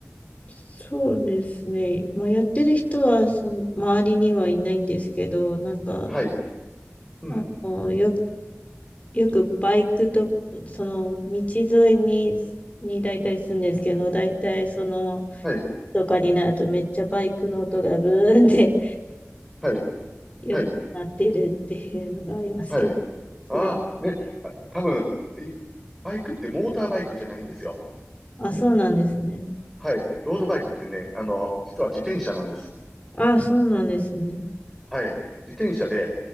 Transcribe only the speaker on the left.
そうですね。まあ、やってる人はその、周りにはいないんですけど、なんか、
あの、よ、よくバイクと、その、道沿いに、に大体住んでるんですけど、大体その、
とかになるとめっちゃバイクの音がブーンって
<laughs> よくなってるっていうのがありますけど、
それ、
あ、そうなんですね。
あ、そうなんですね。